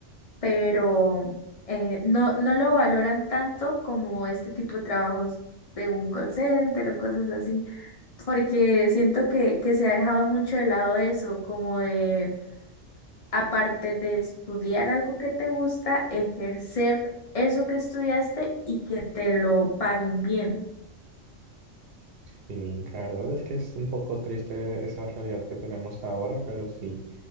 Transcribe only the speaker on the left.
pero eh, no, no lo valoran tanto como este tipo de trabajos de un call center o cosas así, porque siento que, que se ha dejado mucho de lado eso, como de, aparte de estudiar algo que te gusta, ejercer eso que estudiaste y que te lo paguen bien.